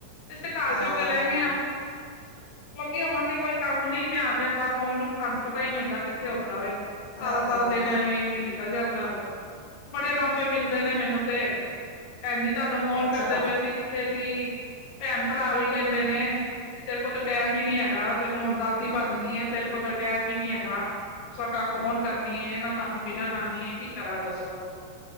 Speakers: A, on the left; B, on the left.
A: ਅਸੀ ਘਰ
B: ਹਾਂ
A: ਜੋਗੇ ਰਹਿ ਗਏ ਆ।
B: <inaudible>
A: ਅੱਗੇ ਹੋਵਾਂਗੇ ਕੋਈ ਕੰਮ ਨਹੀਂ ਧਿਆਨ ਦਿੰਦਾ ਫੋਨ ਚ। ਸਾਨੂੰ ਪਤਾ ਹੀ ਨਹੀਂ ਹੁੰਦਾ ਕਿੱਥੇ ਹੁੰਂਦਾ ਵਾ। ਸਾਰਾ,
B: ਇਹ
A: ਸਾਰਾ
B: ਤੇ ਹਾਂ
A: ਦਿਨ ਐਵੇਂ ਨਿਕਲ ਜਾਂਦਾ ਵਾ। ਬੜੇ ਲਾਂਬੇ ਮਿਲਦੇ ਨੇ ਮੈਨੂੰ ਤੇ, ਭੈਣਜੀ ਤੁਹਾਨੂੰ ਫੋਨ
B: ਅੱਛਾ
A: ਕਰਦੇ
B: ਹਾਂ
A: ਪਏ ਸੀ ਕਿ ਸੀ ਭੈਣ-ਭਰਾ ਵੀ ਕਹਿੰਦੇ ਨੇ ਤੇਰੇ ਕੋਲ ਤਾਂ ਟੈਮ ਈ ਨੀ ਹੈਗਾ, ਤੈਨੂੰ ਦਾਦੀ ਬਨ ਗਈ ਐ। ਤੇਰੇ ਕੋਲ ਤਾਂ ਟੈਮ ਈ ਨੀ ਹੈਗਾ। ਨਾ ਫ਼ੋਨ ਕਰਨੀ ਏ, ਨਾ ਸਾਨੂੰ ਮਿਲਣ
B: ਇਹ
A: ਆਦੀ ਆ ਕੀ ਕਰਾਂ ਦੱਸੋ?